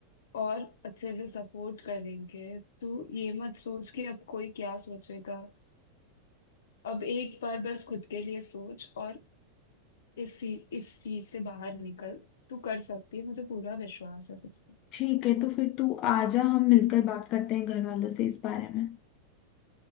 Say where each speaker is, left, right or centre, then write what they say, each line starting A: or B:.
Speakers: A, on the left; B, on the left.
A: और अच्छे से सपोर्ट करेंगे तू ये मत सोच कि अब कोई क्या सोचेगा अब एक बार बस खुद के लिए सोच और इस सी- इस चीज से बाहर निकल तू कर सकती है मुझे पूरा विश्वास है तुझ पे
B: ठीक है तो फिर तू आजा हम मिलकर बात करते हैं घर वालों से इस बारे में